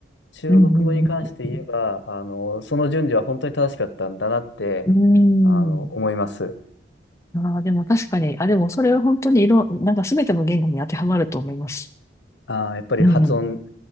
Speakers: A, on the left; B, on the left.
A: 中国語に関して言えば、
B: うんうんうん
A: あの、その順序は本当に正しかったんだなって、
B: うん。
A: あの、思います。
B: うーん。ああ、でも確かに、あ、でもそれは本当にいろ、なんか全ての言語に当てはまると思います。
A: あー、やっぱり発音、
B: うん。